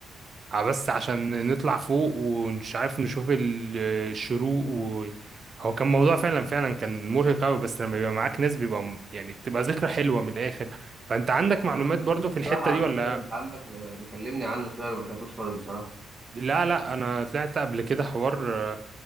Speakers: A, on the right (about 45°); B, on the right (about 25°).
A: آه، بس عشان نطلع فوق ومش عارف نشوف ال- الشروق و... هو كان موضوع فعلا فعلا كان مرهق أوي بس لما بيبقى معاك ناس بيبقى م- يعني بتبقى ذكرى حلوة من الآخر فأنت عندك معلومات
B: انا ما سمعتوش
A: برضو
B: بصراحة
A: في الحتة دي
B: قبل
A: ولا
B: كده انت عندك يعني كلمني عنه شوية انا ما سمعتوش خالص بصراحة
A: لا لا أنا طلعت قبل كده حوار آه،